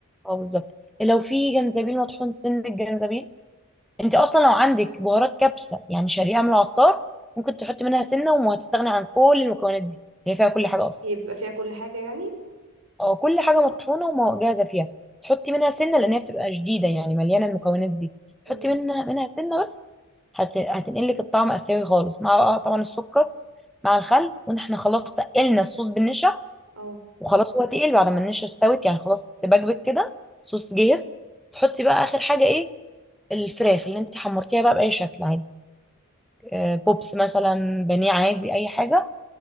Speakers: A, in the centre; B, on the right.
A: اه بالظبط لو في جنزبيل مطحون سن الجنزبيل انت اصلا لو عندك بهارات كبسة يعني شاريها من العطار ممكن تحطي منها سنة وهتستغني عن كل المكونات دي هي فيها كل حاجة اصلا
B: هي بيبقى فيها كل حاجه يعني
A: اه كل حاجه مطحونه ومجهزه فيها تحطي منها سنه لان هي بتبقى شديده يعني مليانه المكونات دي
B: مم.
A: تحطي منها منها سنه بس هت... هتنقلك الطعم اسيوي خالص مع بقى طبعا السكر مع الخل واحنا خلاص تقلنا الصوص بالنشا
B: اه
A: وخلاص هو تقيل بعد ما النشا استوت يعني خلاص تبكبك كده صوص جاهز تحطي بقى اخر حاجه ايه الفراخ اللي انت حمرتيها بقى باي شكل عادي آه، بوبس مثلا بانيه عادي اي حاجه